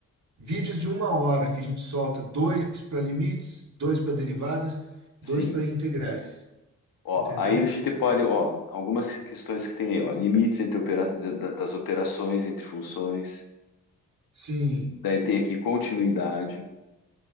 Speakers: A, on the right; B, on the left.
A: Vídeos de uma hora que a gente solta dois para limites, dois para derivadas, dois
B: Sim.
A: para integrais.
B: Ó,
A: Entendeu?
B: aí a gente pode, ó, algumas questões que tem aí, ó, limites entre opera- da- da- das operações, entre funções.
A: Sim.
B: Daí tem aqui continuidade,